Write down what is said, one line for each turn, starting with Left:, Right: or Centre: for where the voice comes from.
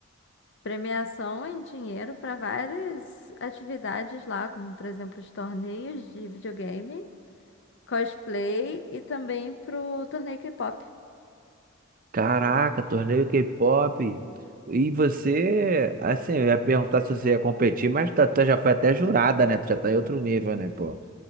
Left: premiação em dinheiro para várias atividades lá, como, por exemplo, os torneios de videogame, cosplay e também pro torneio K-pop.
Right: Caraca, torneio K-pop. E você, assim, eu ia perguntar se você ia competir, mas tu, tu já foi até jurada, né? Tu já tá em outro nível, né, pô?